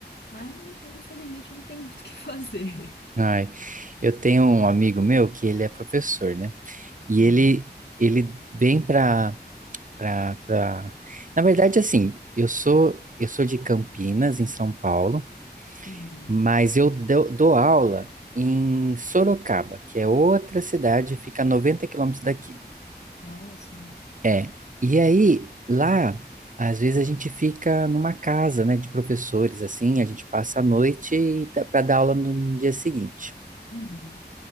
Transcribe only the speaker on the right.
ai. Eu tenho um amigo meu que ele é professor, né? E
ele, ele vem pra, pra, pra... Na verdade, assim, eu sou, eu sou de Campinas, em São Paulo,
mas eu dou, dou aula em Sorocaba, que é outra cidade, fica a 90 quilômetros daqui.
É, e aí, lá, às vezes a gente fica numa casa, né, de professores, assim, a gente passa a noite para dar aula no no dia seguinte.